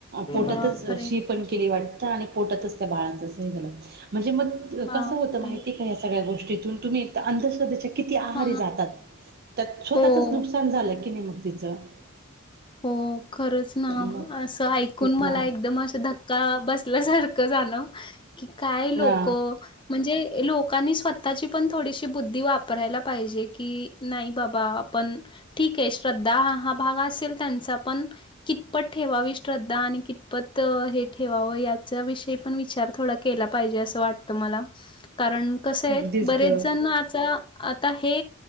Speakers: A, on the right; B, on the left.
A: पोटातच
B: बापरे
A: शी पण केली वाट -- त आणि पोटतच त्या बाळाचं असं हे झालं म्हणजे मग
B: बापरे
A: कस होत माहिती का ह सगळ्या गोष्टी -- तुम्ही अंधश्रद्धेच्या किती आहारी
B: हा
A: जातात. तर स्वतः
B: हो
A: चच नुकसान झालं की नाही मग. तिचं --
B: हो खरच ना
A: मग
B: असं ऐकून
A: ते
B: मला
A: ना
B: एकदम अस धक्का बस -- ल्यासारखं झालं की काय लोक
A: ना
B: म्हणजे लोक -- लोकांनी स्वतःची पण थोडीशी बुद्धी वापरायला पाहिजे की नाही बाबा आपण ठीक -- केय श्रद्धा हा हा भाग असेल त्यांचा पण कितपत ठेवावी श्रद्धा आणि कितपत हे ठेवाव याच्याविषयी -- आपण विचार थोडा के -- केला पाहिजे असं वाटत मला कारण कसं आहे
A: अगदीच
B: बरेच
A: ग
B: जण आता -- आता हे